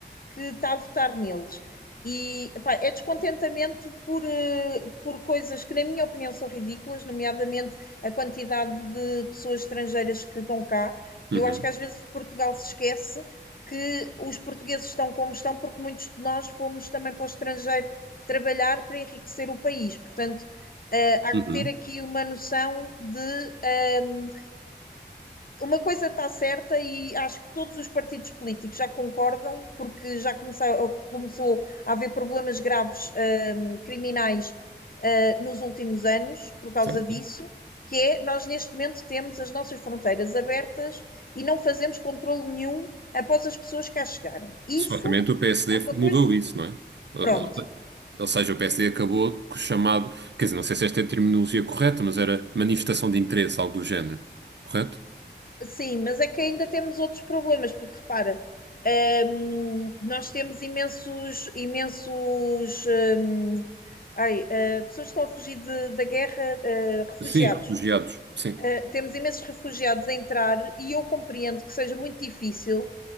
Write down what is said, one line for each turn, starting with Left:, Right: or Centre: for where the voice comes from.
Left: que está a votar neles. E epá, é descontentamento por, eh, por coisas que, na minha opinião, são ridículas, nomeadamente a quantidade de pessoas estrangeiras que estão cá.
Right: Uhum,
Left: Eu acho que às vezes Portugal se esquece que os portugueses estão como estão, porque muitos de nós fomos também para o estrangeiro trabalhar para enriquecer o país. Portanto, uh, há
Right: uhum.
Left: que ter aqui uma noção de. Um, uma coisa está certa e acho que todos os partidos políticos já concordam, porque já começou, começou a haver problemas graves hum, criminais hum, nos últimos anos por causa
Right: Certo.
Left: disso, que é nós neste momento temos as nossas fronteiras abertas e não fazemos controle nenhum após as pessoas cá chegarem. Isso
Right: Certamente o PSD
Left: é uma coisa,
Right: mudou isso, não é? Uh,
Left: pronto,
Right: Ou seja, o PSD acabou com o chamado, quer dizer, não sei se esta é a terminologia correta, mas era manifestação de interesse, algo do género, correto?
Left: Sim, mas é que ainda temos outros problemas, porque repara, hum, nós temos imensos, imensos, hum, ai, ah, pessoas que estão a fugir de- da guerra, ah, refugiados.
Right: Sim, refugiados, sim,
Left: Ah, temos imensos refugiados a entrar e eu compreendo que seja muito difícil